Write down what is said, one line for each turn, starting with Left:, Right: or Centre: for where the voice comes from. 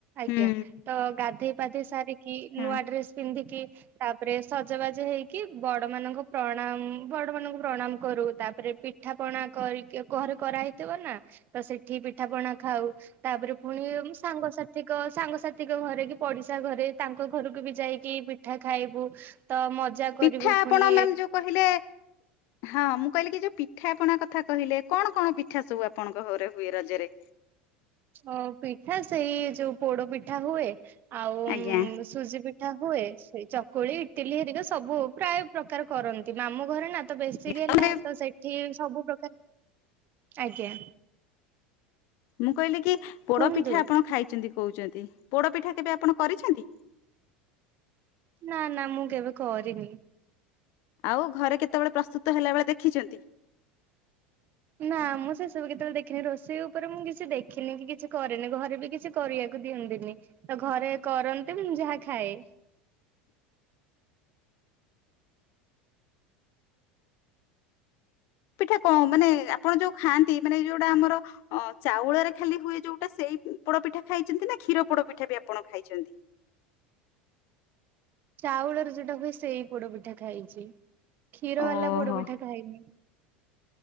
Left: ହୁଁ
Right: ଆଜ୍ଞା ତ ଗାଧେଇ ପାଧେଇ ସାରିକି
Left: ହଁ
Right: ନୂଆ
Left: ଆଜ୍ଞା
Right: ଡ୍ରେସ ପିନ୍ଧିକି ତା ପରେ ସଜବାଜ ହେଇକି ବଡ ମାନଙ୍କୁ ପ୍ରଣାମ ବଡ ମାନଙ୍କୁ ପ୍ରଣାମ କରୁ, ତାପରେ ପିଠା ପଣା କରିକି ଘରେ କରାହେଇଥିବ ନା। ତ ସେଠି ପିଠାପଣା ଖାଉ, ତାପରେ <unintelligible> ସାଙ୍ଗସାଥିଙ୍କ ସାଙ୍ଗସାଥିଙ୍କ ଘରେ କି ପଡିଶା ଘରେ ତାଙ୍କ ଘରକୁ ବି ଯାଇକି ପିଠା ଖାଇବୁ। ତ ମଜା
Left: ପିଠା
Right: କରିବୁ
Left: ଆପଣ
Right: ଫୁଣି।
Left: ମ୍ୟାମ ଯୋଉ କହିଲେ ହଁ ମୁଁ କହିଲି କି ଯୋଉ ପିଠାପଣା କଥା କହିଲେ କଣ କଣ ପିଠା ସବୁ ଆପଣଙ୍କ ଘରେ ହୁଏ ରଜରେ?
Right: ଓ ପିଠା ସେଇ ଯୋଉ ପୋଡ ପିଠା ହୁଏ, ଆଉ
Left: ଆଜ୍ଞା
Right: ସୁଜି ପି ଠା ହୁଏ ସେ ଚକୁଳି ଇଟିଲି ହେରିକା ସବୁ ପ୍ରାୟ ପ୍ରକାର କରନ୍ତି ମାମୁଁ ଘରେ ନା। ତ ବେଶୀ ଗେହ୍ଲା
Left: ତାପରେ
Right: ତ ସେଠି ସବୁ ପ୍ରକାର ଆଜ୍ଞା
Left: ମୁଁ କହିଲି କି ପୋଡ
Right: କୁହନ୍ତୁ
Left: ପିଠା ଆପଣ ଖାଇଛନ୍ତି କହୁଛନ୍ତି ପୋଡପିଠା କେବେ ଆପଣ କରିଛନ୍ତି?
Right: ନା ନା ମୁଁ କେବେ କରିନି।
Left: ଆଉ ଘରେ କେତେବେଳେ ପ୍ରସ୍ତୁତ ହେଲା ବେଳେ ଦେଖିଛନ୍ତି?
Right: ନା ମୁଁ ସେସବୁ କେତେବେଳେ ଦେଖିନି ରୋଷେଇ ଉପରେ ମୁଁ କିଛି ଦେଖିନି କିଛି କରିନି, ଘରେ ବି କିଛି କରିବାକୁ ଦିଅନ୍ତିନି, ତ ଘରେ କରନ୍ତି ମୁଁ ଯାହା ଖାଏ।
Left: ପିଠା କଣ ମାନେ ଆପଣ ଯୋଉ ଖାଆନ୍ତି ମାନେ ଯୋଉଟା ଆମର ଅ ଚାଉଳରେ ଖାଲି ହୁଏ ଯୋଉଟା ସେଇ ପୋଡପିଠା ଖାଇଛନ୍ତି, ନା କ୍ଷୀର ପୋଡପିଠା ବି ଆପଣ ଖାଇଛନ୍ତି?
Right: ଚାଉଳର ଯୋଉଟା ହୁଏ ସେଇ ପୋଡ ପିଠା ଖାଇଛି। କ୍ଷୀର
Left: ଓହୋ
Right: ବାଲା ପୋଡପିଠା ଖାଇନି।